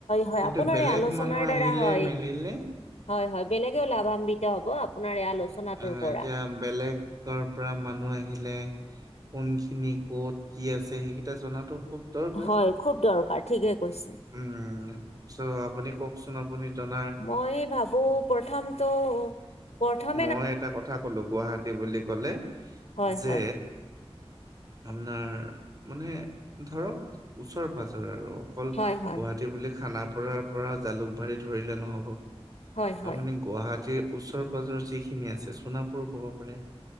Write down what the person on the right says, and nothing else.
কিন্তু
বেলেগ
<unintelligible> মানুহ
আহিলে
মেলিলে।
অ',
এতিয়া বেলেগৰ পৰা মানুহ আহিলে কোনখিনি কত কি আছে সেইকেইটা জনাতো খুব দৰকাৰ
উম, চ' আপুনি কওকচোন আপুনি জন
মই এটা কথা কলো গুৱাহাটী বুলি ক'লে
যে
আপোনাৰ মানে ধৰক ওচৰে পাজৰে আৰু। অকল
গুৱাহাটী বুলি খানাপাৰাৰ পৰা জালুকবাৰী ধৰিলে নহ'ব।
আপুনি গুৱাহাটীৰ ওচৰে পাজৰ যিখিনি আছে চোনাপুৰ ক'ব পাৰে।